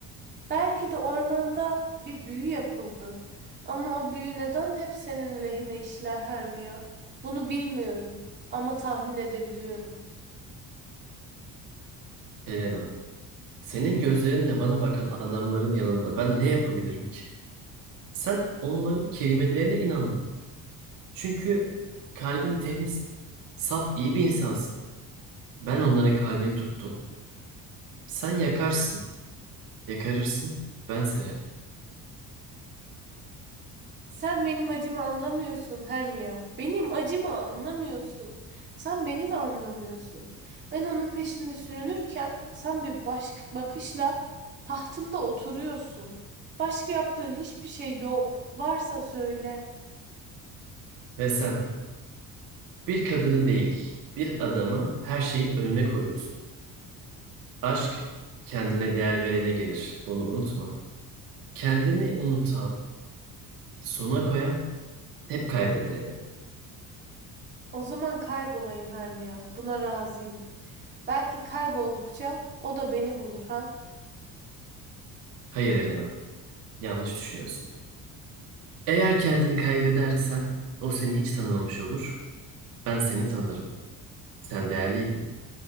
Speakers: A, on the right (about 30°); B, on the right (about 70°).
A: Belki de ormanda bir büyü yapıldı. Ama o büyü neden hep senin lehine işler Hermia? Bunu bilmiyorum ama tahmin edebiliyorum.
B: Helena. Senin gözlerinle bana bakan adamların yanında ben ne yapabilirim ki? Sen onların kelimelerine inandın. Çünkü kalbin temiz, saf, iyi bir insansın. Ben onların kalbini tuttum. Sen yakarsın, yakarırsın, ben severim.
A: Sen benim acımı anlamıyorsun Hermia. Benim acımı anlamıyorsun. Sen beni de anlamıyorsun. Ben onun peşinde sürünürken sen bir baş bakışla tahtında oturuyorsun. Başka yaptığın hiçbir şey yok. Varsa söyle.
B: Ve sen bir kadını değil, bir adamı her şeyin önüne koyuyorsun. Aşk kendine değer verene gelir. Bunu unutma. Kendini unutan, sona koyan hep kaybeder Elena.
A: O zaman kaybolayım Hermia. Buna razıyım. Belki kayboldukça o da beni bulur ha?
B: Hayır Elena, yanlış düşünüyorsun. Eğer kendini kaybedersen o seni hiç tanımamış olur. Ben seni tanırım. Sen değerliydin.